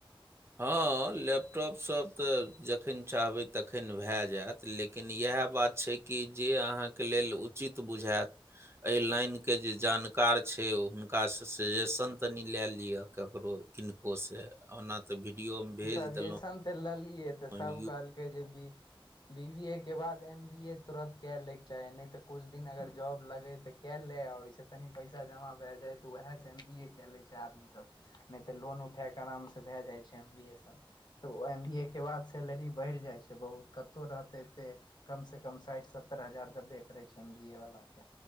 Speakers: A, on the right; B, on the left.
A: हँ लैपटॉपसभ तऽ जखन चाहबै तखन भए जायत लेकिन इएह इएह बात छै कि जे अहाँके लेल उचित बुझाायत एहि लाइनके जे जानकार छै ओ हुनकासँ सजेशन तनी लए लिअ ककरो किनको से ओना तऽ वीडियोमे भेज
B: सजेशन
A: देलहुँ
B: त लेलियै त
A: हन
B: सभ कहलकै जे भी बी बी ए के बाद एम बी ए तुरत कए लैके चाही नहि त कछ दिन अगर जॉब लगे त कए ले ले आ ओहिस तनि पैसा जमा भए जाइ त वएह से एम बी ए कए ले छै आदमी सब नहि त लोन उठाय क आराम से भए जाइ छै ऐम बी ए सब त एम बी ए के बाद सैलरी बढ़ जाइ छै बहुत कत रहते क कम से कम साठि सत्तर हजार दबे करे छै एम बी ए वाला के